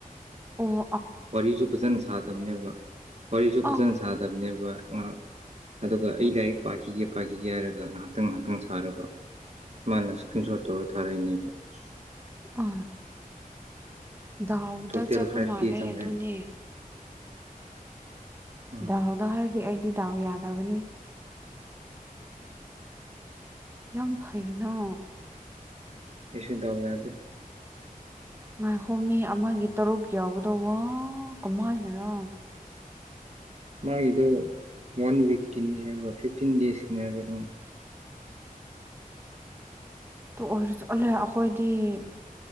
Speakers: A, on the right (about 15°); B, on the right (about 45°).
A: ꯑꯣ
B: ꯋꯥꯔꯤꯁꯨ ꯐꯖꯅ ꯁꯥꯗꯕꯅꯦꯕ ꯋꯥꯔꯤꯁꯨ ꯐꯖꯅ
A: ꯑ
B: ꯁꯥꯗꯕꯅꯦꯕ ꯉꯍꯥꯛ ꯑꯗꯨꯒ ꯑꯩ ꯂꯥꯏꯔꯤꯛ ꯄꯥꯈꯤꯒꯦ ꯄꯥꯈꯤꯒꯦ ꯍꯥꯏꯔꯒ ꯉꯥꯏꯍꯥꯛꯇꯪ ꯉꯥꯏꯍꯥꯛꯇꯪ ꯁꯥꯔꯕ ꯃꯥꯅ ꯏꯁꯀ꯭ꯔꯤꯟ ꯁꯣꯠ ꯇꯧꯔ ꯊꯥꯔꯛꯏꯅꯦꯕꯁ
A: ꯑ ꯗꯥꯎꯗ
B: ꯇꯣꯇꯦꯜ
A: ꯆꯠꯄ
B: ꯐꯥꯏꯚ
A: ꯃꯥꯥꯟꯂꯩ
B: ꯀꯦ ꯆꯪꯈ꯭ꯔꯦ
A: ꯑꯗꯨꯅꯦ
B: ꯎꯝ
A: ꯗꯥꯎꯅ ꯍꯥꯏꯔꯗꯤ ꯑꯩꯗꯤ ꯗꯥꯎ ꯌꯥꯗꯕꯅꯤ ꯌꯥꯝ ꯐꯩꯅ
B: ꯑꯩꯁꯨ ꯗꯥꯎ ꯌꯥꯗꯦ
A: ꯉꯥꯏꯈꯣ ꯃꯤ ꯑꯃꯒꯤ ꯇꯔꯨꯛ ꯌꯥꯎꯕꯗꯨ ꯋꯥ ꯀꯃꯥꯏꯅꯔꯣ
B: ꯃꯥꯒꯤꯗꯣ ꯋꯥꯟ ꯋꯤꯛꯀꯤꯅꯤ ꯍꯥꯏꯕ꯭ꯔ ꯐꯤꯐꯇꯤꯟ ꯗꯦꯖꯀꯤꯅꯤ ꯍꯥꯏꯕꯔꯥ ꯈꯪꯗꯦ
A: ꯑꯣ ꯑꯣꯏ ꯑꯣꯂꯦ ꯑꯩꯈꯣꯏꯗꯤ <inaudible>